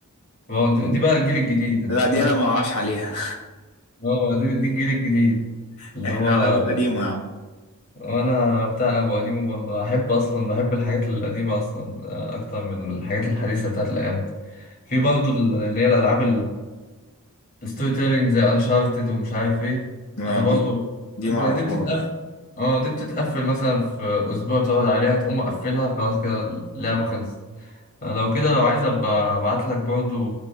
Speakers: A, on the left; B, on the left.
A: ما هو دي دي بقى الجيل الجديد انت
B: لا
A: فاهم
B: دي أنا ما عاش عليها
A: اه دي دي الجيل الجديد
B: <laughs>
A: اللي
B: احنا
A: هو
B: على أبو قديمة يا عم
A: انا بتاع ابو قديم برضه احب اصلا بحب الحاجات القديمه اصلا آه، اكتر من الحاجات الحديثه بتاعت الايام دي في برضه اللي هي الالعاب ستوري تيلينج زي انشارتد ومش عارف ايه
B: ما
A: انا
B: دي
A: برضو
B: دي
A: ب-
B: ما اعرفهاش
A: دي بتتقفل اه دي بتتقفل مثلا في اسبوع تقعد عليها تقوم مقفلها خلاص كده اللعبه خلصت أنا لو كده لو عايز ابقى ابعت لك برضو